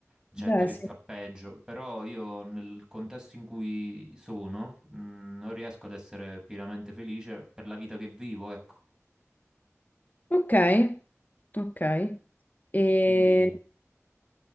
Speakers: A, on the right; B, on the left.
A: gente
B: Beh,
A: che
B: sì.
A: sta peggio, però io nel contesto in cui sono, mh, non riesco ad essere pienamente felice per la vita che vivo, ecco.
B: Ok, ok. E...
A: Quindi...